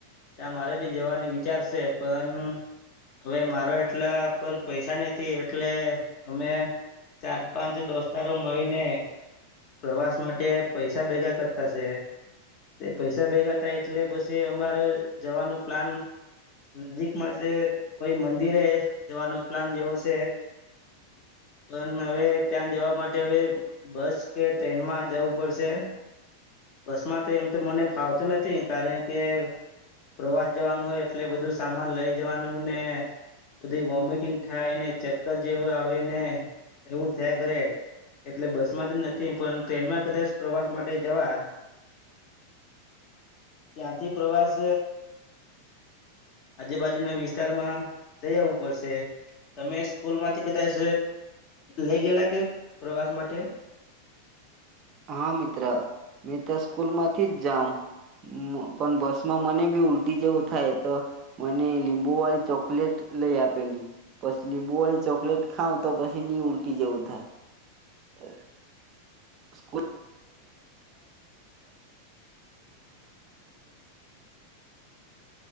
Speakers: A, on the left; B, on the right.
A: ત્યાં મારે બી જવાનું વિચારશે પણ હવે મારો એટલા પર પૈસા નથી એટલે અમે ચાર પાંચ દોસ્તારો મળીને પ્રવાસ માટે પૈસા ભેગા કરતા છે તે પૈસા ભેગા થાય એટલે પછી અમારે જવાનું પ્લાન નજીકમાં કોઈ મંદિરે જવાનું પ્લાન જેવો છે પણ હવે ત્યાં જવા માટે હવે બસ કે ટ્રેનમાં જવું પડશે બસમાં તો એમ તો મને ફાવતું નથી કારણ કે પ્રવાસ જવાનું હોય એટલે બધું સામાન લઇ જવાનું ને બધી વોમિટિંગ થાય ને ચક્કર જેવું આવે ને એવું થયા કરે એટલે બસ નથી પણ ટ્રેનમાં કદાચ પ્રવાસ માટે જવા ત્યાંથી પ્રવાસ આજુબાજુના વિસ્તારમાં જઈ આવવું પડશે તમે સ્કૂલ માંથી કદાચ લઈ ગયલા કે પ્રવાસ માટે.
B: હા મિત્ર મે તો સ્કૂલમાંથી જ જાઉં પણ બસમાં મને બી ઉલટી જેવું થાય તો મને લીંબુ વાળી ચોકલેટ લઈ આપેલી પછી લીંબુ વાળી ચોકલેટ ખાવ તો પછી ની ઉલટી જેવું થાય. <unintelligible> <unintelligible>